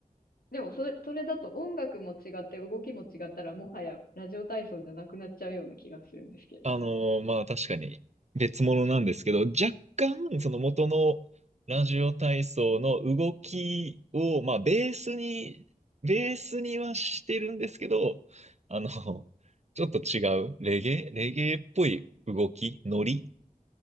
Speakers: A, on the left; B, on the right.
A: でもそれ、それだと音楽も違って動きも違ったらもはやラジオ体操じゃなくなっちゃうような気がするんですけど。
B: あのーまあ確かに別物なんですけど、若干その元のラジオ体操の動きを、まあベースに、ベースにはしてるんですけど、あの、ちょっと違う、レゲエ、レゲエっぽい動き、ノリ